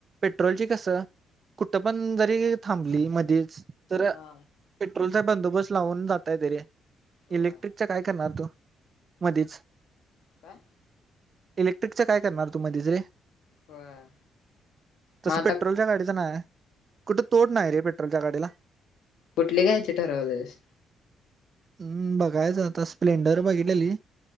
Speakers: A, on the right; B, on the left.
A: पेट्रोलची कस कुठ पण जरी थांबली मधच तर
B: हा
A: पेट्रोलचा बंदोबस्त लावून जाता येतय रे
B: हा होय
A: इलेक्ट्रिकचा काय करणार तू? मधीच
B: का
A: इलेक्ट्रिकच काय करणार तु मध्येच रे
B: होय
A: तस
B: मग आता
A: पेट्रोलच्या गाडीचं नाहीय कुठ तोट नाही रेट्रोलच्या गाडीला
B: कुठले घयचे ठरवलेस
A: हम्म बघायचं आता स्प्लेंडर बघितलेली